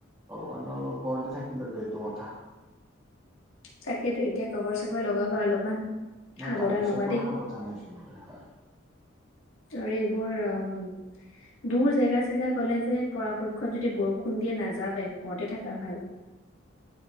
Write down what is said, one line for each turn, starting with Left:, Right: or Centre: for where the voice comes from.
Right: ভগবানৰ ওপৰতে থাকিল আৰু এইটো কথা।
Left: তাকেতো এতিয়া কভাৰ, চভাৰ লগাবা অলপমান। সাৱধান
Right: নাই তাৰ পিছৰ
Left: হবা
Right: পৰা
Left: দেই
Right: সাৱধান নাই চোন হয় হয়
Left: আৰু এইবোৰ আম দূৰ জেগা-চেগা গ'লে যে পৰাপক্ষত যদি বৰষুণ দিয়ে নাযাবাই ঘৰতে থাকা ভাল